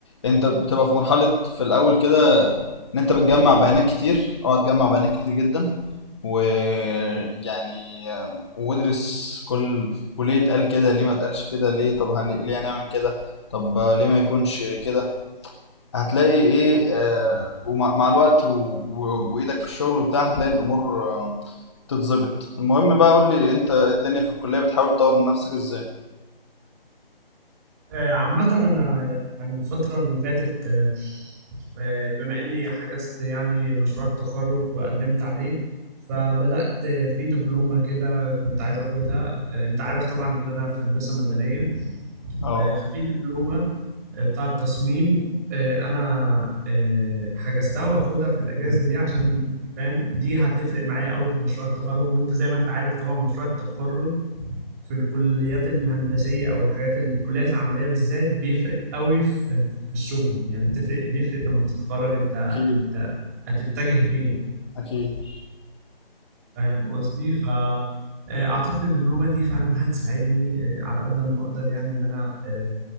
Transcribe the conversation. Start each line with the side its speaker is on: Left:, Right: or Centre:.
Left: انت بتبقى في مرحلة في الأول كده إن أنت بتجمع بيانات كتير اقعد جمع بيانات كتير جدا ويعني آه، وادرس كل ال- وليه اتقال كده ليه ما اتقالش كده ليه طب هن... ليه هنعمل كده طب ليه ما يكونش كده هتلاقي ايه آه ومع مع الوقت و... و... وايدك في الشغل وبتاع هتلاقي الامور آه تتظبط المهم بقى قول لي انت إيه الدنيا في الكلية بتحاول تطور من نفسك ازاي
Right: آه، عامة انا يعني الفترة اللي فاتت آه، آه، بما اني حجزت يعني مشروع التخرج وقدمت عليه فبدأت في دبلومة كده كنت عايز اخدها آه، انت عارف طبعا ان انا في هندسة مدنية
Left: اه
Right: آه، ففي دبلومة بتاع التصميم آه، انا آه، حجزتها وهاخدها في الاجازه دي عشان فاهم دي هتفرق معايا قوي في مشروع التخرج وانت زي ما انت عارف طبعا مشروع التخرج في الكليات الهندسيه او الحاجات الكليات العمليه بالذات بيفرق قوي في في الشغل يعني بتفرق بيفرق لما بتتخرج انت
Left: اكيد
Right: انت هتتجه فين
Left: اكيد
Right: فاهم قصدي ف آه، اعتقد الدبلومه دي فعلا هتساعدني آه، على قد ما اقدر يعني ان انا آه،